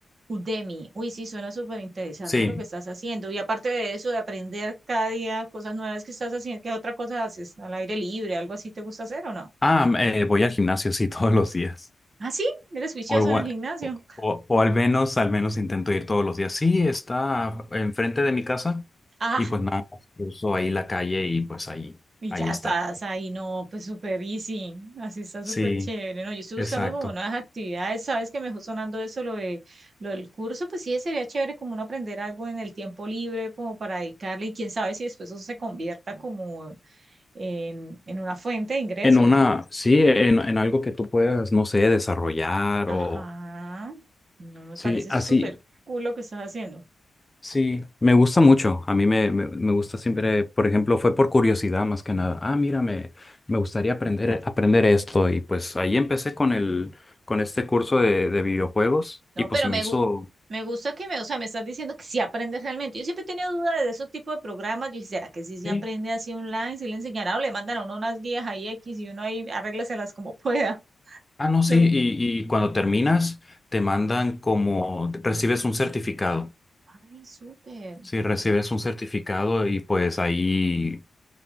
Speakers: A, on the right; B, on the left.
A: Udemy. Uy, sí, suena súper interesante
B: Sí.
A: lo que estás haciendo. Y aparte de eso, de aprender cada día cosas nuevas que estás haciendo, ¿qué otra cosa haces? ¿Al aire libre? ¿Algo así te gusta hacer o no?
B: Ah, eh, voy al gimnasio, sí, <laughs> todos los días.
A: Ah, sí, eres juicioso
B: O, igua-
A: en el gimnasio.
B: o,
A: <laughs>
B: o- o al menos, al menos intento ir todos los días. Sí, está enfrente de mi casa
A: Ah,
B: y pues nada, más cruzo ahí la calle y pues ahí,
A: y
B: ahí
A: ya
B: está.
A: estás ahí, no, pues súper easy. Así está súper
B: Sí,
A: chévere. No, yo estoy
B: exacto.
A: buscando como nuevas actividades. Sabes que me dejó sonando eso, lo de, lo del curso, pues sí, sería chévere como uno aprender algo en el tiempo libre, como para dedicarle, y quién sabe si después eso se convierta como en, en una fuente de ingresos,
B: En una,
A: ¿no?
B: sí, en, en algo que tú puedas, no sé, desarrollar
A: Ajá,
B: o...
A: no me
B: Sí,
A: parece
B: así.
A: súper cool lo que estás haciendo.
B: Sí, me gusta mucho. A mí me, me, me gusta siempre, por ejemplo, fue por curiosidad más que nada. Ah, mira, me, me gustaría aprender, aprender esto. Y pues ahí empecé con el, con este curso de, de videojuegos
A: No,
B: y pues
A: pero
B: se
A: me,
B: me hizo...
A: gu- me gusta que me, o sea, me estás diciendo que sí aprendes realmente. Yo siempre he tenido dudas de esos tipos de programas. Yo dije, ¿será que sí se
B: Sí.
A: aprende así online? Si le enseñará o le mandan a uno unas guías ahí X y uno ahí arréglaselas como pueda? <laughs>
B: Ah, no, sí.
A: No.
B: Y, y cuando terminas, te mandan como, recibes un certificado.
A: Ay, súper.
B: Sí, recibes un certificado y pues ahí,